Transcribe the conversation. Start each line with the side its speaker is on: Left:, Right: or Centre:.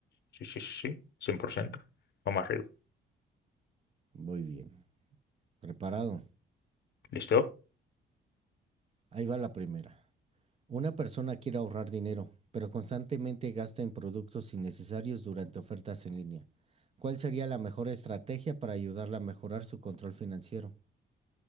Left: Sí, sí, sí, sí, 100%. Vamos arriba.
Right: Muy bien. Preparado.
Left: ¿Listo?
Right: Ahí va la primera. Una persona quiere ahorrar dinero, pero constantemente gasta en productos innecesarios durante ofertas en línea. ¿Cuál sería la mejor estrategia para ayudarla a mejorar su control financiero?